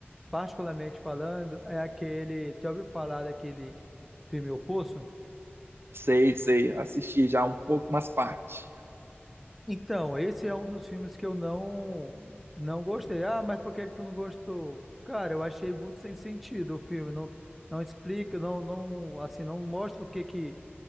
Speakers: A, in the centre; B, on the right.
A: particularmente falando, é aquele. Já ouviu falar daquele filme O Poço?
B: Sei, sei, assisti já um pouco, umas partes.
A: Então, esse é um dos filmes que eu não não gostei. Ah, mas por que que tu não gostou? Cara, eu achei muito sem sentido o filme. Não, não explica, não, não, assim, não mostra o que que